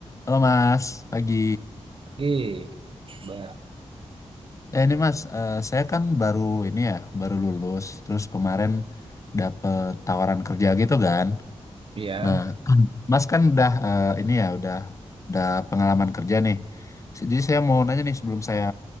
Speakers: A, on the left; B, on the right.
A: Halo Mas, pagi.
B: Gig, Mbak.
A: Ya ini Mas, eh, saya kan baru ini ya, baru lulus. Terus kemarin dapet tawaran kerja gitu kan.
B: Ya.
A: Nah, Mas kan udah eh, ini ya, udah udah pengalaman kerja nih. Jadi saya mau nanya nih sebelum saya